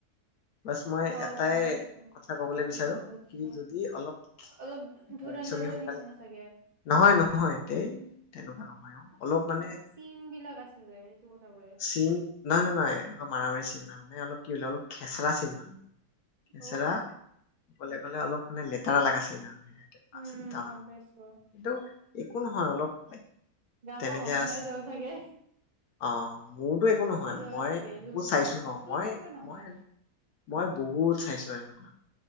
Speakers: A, on the left; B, on the right.
A: বাছ মই
B: অ
A: এটাই
B: গম পাইছো
A: কথা কবলৈ
B: কি
A: বিচাৰো
B: কব খুজিছো
A: কি যদি অলব
B: অলপ
A: <unintelligible>
B: ধুৰন্ধৰৰ
A: সোনকালে
B: নিচিনা চাগে
A: নহয় নহয় ধেই তেনেকুৱা নহয় অ অলপ মানে
B: চিন বিলাক আছে যে সেইটো কথা কৈ আছো।
A: চিন নহয় নহয় নহয় এনেকুৱা মাৰা মাৰি চিনমা মানে অলপ কি বোলে অলপ খেচৰা চিন মানে। খেচেৰা
B: অ
A: অকলে অকলে অলপ। মানে লেতেৰা লগাচিন আৰু।
B: উম গম পাইছো
A: <unintelligible> একো নহয় অলপ।
B: গা
A: তেনেকে
B: চা হহুৱাই
A: আছে
B: যাব চাগে।
A: অ। মোৰতো একো
B: কঁপি
A: নহয়
B: যাব
A: মই
B: চাগে লুম
A: বহুত
B: চুমৰি
A: চাইছো ন
B: যাব তোৰতো
A: মই
B: একো নহয়
A: মই মই বহুত চাইছো এনেকুৱা।